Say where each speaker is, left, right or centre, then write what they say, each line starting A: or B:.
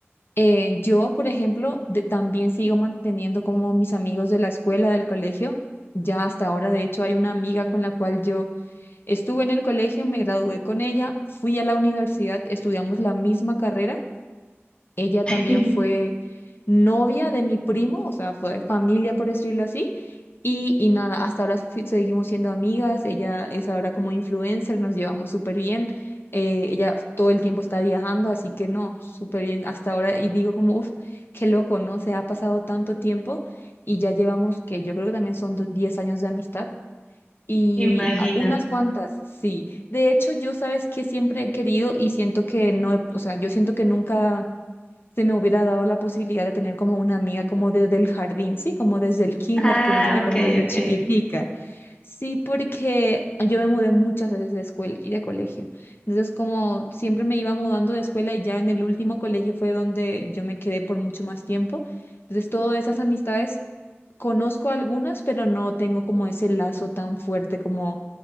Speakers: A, on the left; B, on the left.
A: eh, yo, por ejemplo, de- también sigo manteniendo como mis amigos de la escuela, del colegio. Ya hasta ahora, de hecho, hay una amiga con la cual yo estuve en el colegio, me gradué con ella, fui a la universidad, estudiamos la misma carrera ella también
B: <laughs>
A: fue novia de mi primo, o sea, fue familia por decirlo así. Y, y nada, hasta ahora fui- seguimos siendo amigas, ella es ahora como influencer, nos llevamos súper bien. eh, ella todo el tiempo está viajando, así que no, súper bien hasta ahora. Y digo como, uff, qué loco, ¿no? Se ha pasado tanto tiempo y ya llevamos que yo creo que también son do- 10 años de amistad. Y
B: Imagínate.
A: a- unas cuantas, sí. De hecho, yo sabes que siempre he querido y siento que no, he- o sea, yo siento que nunca se me hubiera dado la posibilidad de tener como una amiga como desde el jardín, sí, como desde el kinder
B: Ah,
A: que uno tiene
B: ok,
A: como desde
B: ok.
A: chiquitica. Sí, porque yo me mudé muchas veces de escuela y de colegio. Entonces, como siempre me iba mudando de escuela y ya en el último colegio fue donde yo me quedé por mucho más tiempo. Entonces, todas esas amistades conozco algunas, pero no tengo como ese lazo tan fuerte como